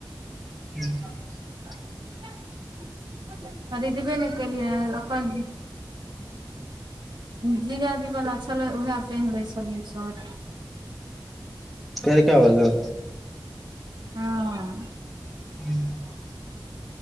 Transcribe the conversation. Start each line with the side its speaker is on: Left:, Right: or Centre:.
Centre: <inaudible>
Right: <unintelligible> खरीदबे न कलियै ओकर जिजा जी वला छलै उएह पेहेन लै छलियै शर्ट
Centre: कैरका बला
Right: हँ
Centre: हूँ